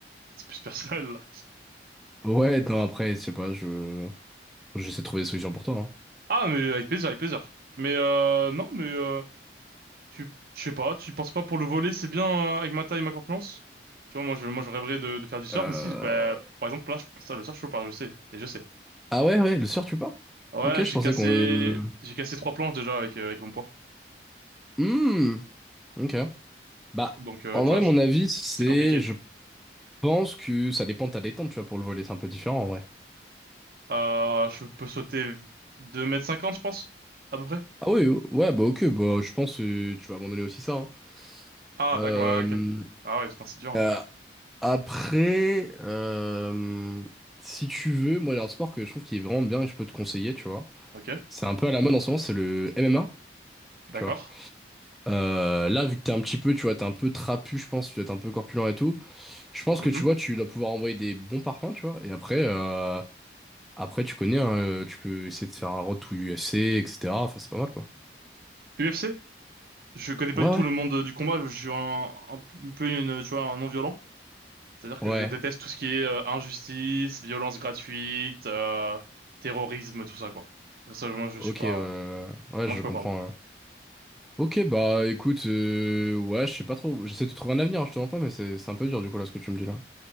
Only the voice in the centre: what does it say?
Ouais, non, après, je sais pas, je... J'essaie de trouver des solutions pour toi, hein.
Euh,
Ah ouais, ouais, le soir tu pars?
Ok,
je pensais
qu'on... euh,
hmm, ok. Bah,
en
vrai,
mon
avis, c'est...
Je pense que ça dépend de ta détente, tu vois, pour le volet, c'est un peu différent, en vrai.
Ah oui, ou- ouais, bah ok, bah je pense que tu vas abandonner aussi ça. hein.
Euh,
euh, après, euh, si tu veux, moi, il y a un sport que je trouve qui est vraiment bien et je peux te conseiller, tu vois.
C'est un peu à la mode en ce moment, c'est le MMA,
tu vois. Euh, là, vu que t'es un petit peu, tu vois, t'es un peu trapu, je pense, tu dois être un peu corpulent et tout. Je pense
que tu vois, tu dois pouvoir envoyer des bons parpaings, tu vois. Et après, euh, après tu connais, hein, euh, tu peux essayer de faire un road to UFC, etc. Enfin, c'est pas mal, quoi.
Ouais,
ouais.
Ouais,
ok,
ouais, ouais,
je
comprends.
ouais. Ok, bah écoute, euh, ouais, je sais pas trop. J'essaie de trouver un avenir, hein, je te mens pas, mais c'est c'est un peu dur du coup là ce que tu me dis là.